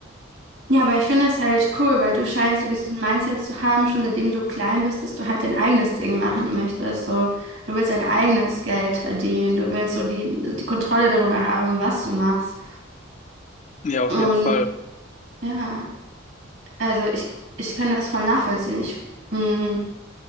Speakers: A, on the right; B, on the left.
A: Ja, aber ich finde es halt cool, weil du scheinst so dieses Mindset zu haben, schon seitdem du klein bist, dass du halt dein eigenes Ding machen möchtest. So, du willst dein eigenes Geld verdienen, du willst so die, die Kontrolle darüber haben, was du machst.
B: Ja, auf
A: Und
B: jeden Fall.
A: ja, also ich, ich kann das voll nachvollziehen. Ich, mh,